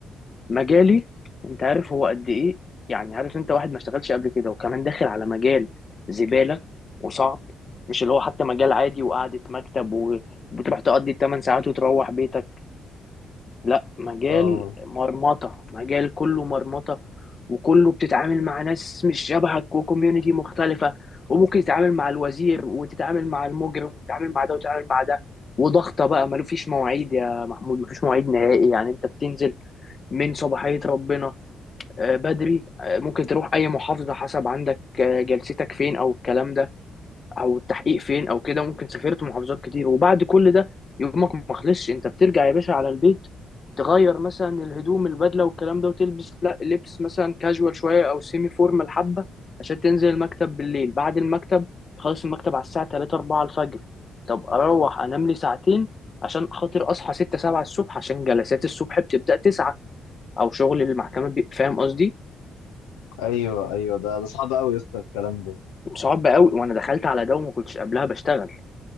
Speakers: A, on the left; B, on the left.
A: مجالي انت عارف هو قد ايه يعني عارف انت واحد ما اشتغلش قبل كده وكمان داخل على مجال زبالة وصعب مش اللي هو حتى مجال عادي وقعدة مكتب و- وبتروح تقضي 8 ساعات وتروح بيتك لا مجال
B: اه
A: مرمطة مجال كله مرمطة وكله بتتعامل مع ناس مش شبهك وكوميونتي مختلفة وممكن تتعامل مع الوزير وتتعامل مع المجرم وتتعامل مع ده وتتعامل مع ده وضغطة بقى ما فيش مواعيد يا محمود ما فيش مواعيد نهائي يعني انت بتنزل من صباحية ربنا آه، بدري آه، ممكن تروح اي محافظه حسب عندك آه، جلستك فين او الكلام ده او التحقيق فين او كده ممكن سافرت محافظات كتير وبعد كل ده يومك ما خلصش انت بترجع يا باشا على البيت تغير مثلا الهدوم البدله والكلام ده وتلبس لا- لبس مثلا كاجوال شويه او سيمي فورمال حبه عشان تنزل المكتب بالليل بعد المكتب تخلص المكتب على الساعه 3 4 الفجر طب اروح انام لي ساعتين عشان خاطر اصحى 6 7 الصبح عشان جلسات الصبح بتبدا 9 او شغل المحكمه بي- فاهم قصدي
B: ايوه ايوه ده ده صعب قوي يا اسطى الكلام ده
A: صعب قوي وانا دخلت على ده وما كنتش قبلها بشتغل